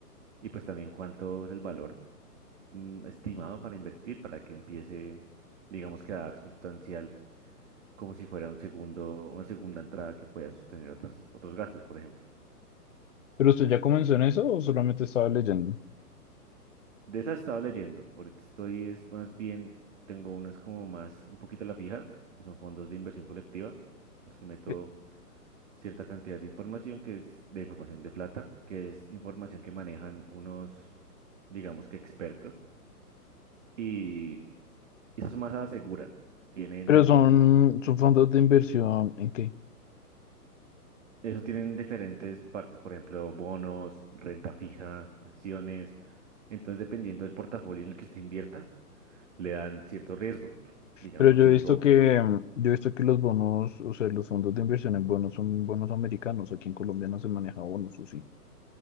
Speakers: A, on the right (about 50°); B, on the left (about 50°).
A: y pues también cuánto es el valor mm, estimado para invertir para que empiece, digamos que a dar sustancial, como si fuera un segundo, una segunda entrada que pueda sostener otros, otros gastos, por ejemplo.
B: ¿Pero usted ya comenzó en eso o solamente estaba leyendo?
A: De esas estaba leyendo. Ahorita estoy, es más bien, tengo unas como más, un poquito a la fija, que son fondos de inversión colectiva, los que meto
B: Eh,
A: cierta cantidad de información, que es de información de plata, que es información que manejan unos, digamos que expertos, y esas son más a la segura. Tienen
B: ¿Pero
A: también,
B: son, son fondos de inversión en qué?
A: eso tienen diferentes partes, por ejemplo, bonos, renta fija, acciones. Entonces, dependiendo del portafolio en el que usted invierta, le dan cierto riesgo digamos,
B: Pero yo
A: riesgo
B: he visto que, mm, yo he visto que los bonos, o sea, los fondos de inversión en bonos son bonos americanos. Aquí en Colombia no se maneja bonos, o sí.